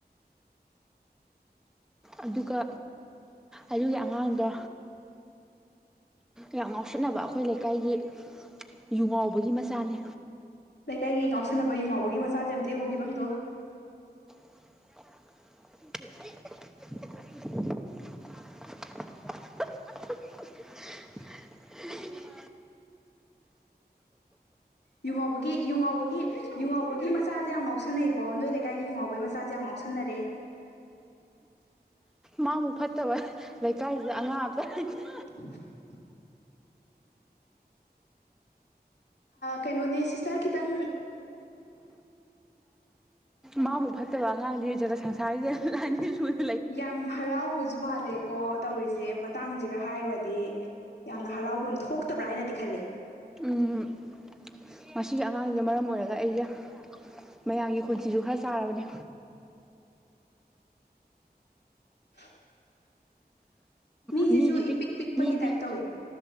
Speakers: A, in the centre; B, on the left (about 85°).
A: ꯑꯗꯨꯒ ꯑꯗꯨꯒꯤ ꯑꯉꯥꯡꯗꯣ ꯌꯥꯝ ꯉꯥꯎꯁꯤꯟꯅꯕ ꯑꯈꯣꯏ ꯂꯩꯀꯥꯏꯒꯤ ꯌꯨ ꯉꯥꯎꯕꯒꯤ ꯃꯆꯥꯅꯦ
B: ꯂꯩꯀꯥꯏꯒꯤ ꯉꯥꯎꯁꯟꯅꯕ ꯌꯨ ꯉꯥꯎꯕꯒꯤ ꯃꯆꯥꯖꯦ ꯑꯝꯇ ꯌꯦꯉꯉꯣ ꯐꯤꯕꯝꯗꯣ
A: <unintelligible>
B: ꯌꯨꯉꯥꯎꯕꯒꯤ ꯌꯨꯉꯥꯎꯕꯒꯤ ꯌꯨꯉꯥꯎꯕꯒꯤ ꯃꯆꯥꯖꯦ ꯌꯥꯝ ꯉꯥꯎꯁꯟꯅꯩꯀꯣ ꯅꯣꯏ ꯂꯩꯀꯥꯏꯒꯤ ꯌꯨꯉꯥꯎꯕꯩ ꯃꯆꯥꯖꯦ ꯌꯥꯝ ꯉꯥꯎꯁꯟꯅꯔꯦ
A: ꯃꯥꯃꯨꯛ ꯐꯠꯇꯕ ꯂꯩꯀꯥꯏꯖꯤꯗ ꯑꯉꯥꯡ ꯑꯝꯇ ꯂꯩꯇꯦ
B: <inaudible> ꯀꯩꯅꯣꯅꯦ ꯁꯤꯁꯇꯔ ꯈꯤꯇꯪ
A: ꯃꯥꯕꯨ ꯐꯠꯇꯕ ꯑꯉꯥꯡꯗꯤ ꯑꯣꯏꯖꯔ ꯁꯪꯁꯥꯔꯤꯁꯥꯏ
B: ꯌꯥꯝ ꯍꯔꯥꯎꯕꯖ ꯃꯥꯜꯂꯦꯀꯣ ꯇꯧꯔꯤꯁꯦ ꯃꯇꯥꯡꯁꯦꯒ ꯍꯥꯏꯔꯨꯔꯗꯤ ꯌꯥꯝꯅ ꯍꯔꯥꯎꯕ ꯑꯃ ꯊꯣꯛꯇꯕ꯭ꯔꯥ ꯍꯥꯏꯅꯗꯤ ꯈꯜꯂꯤꯦ
A: ꯎꯝ ꯃꯁꯤꯒꯤ ꯑꯉꯥꯡꯁꯤꯅ ꯃꯔꯝ ꯑꯣꯏꯔꯒ ꯑꯩꯁꯦ ꯃꯌꯥꯝꯒꯤ ꯈꯣꯟꯁꯤꯁꯨ ꯈꯔ ꯆꯥꯔꯕꯅꯤ
B: <inaudible> ꯃꯤꯁꯤꯁꯨ
A: ꯃꯤꯗꯤ ꯄꯤꯛ
B: ꯏꯄꯤꯤꯛ ꯄꯤꯛꯄꯒꯤ
A: ꯃꯤꯗꯤ
B: ꯇꯥꯏꯞ ꯇꯧꯋꯦ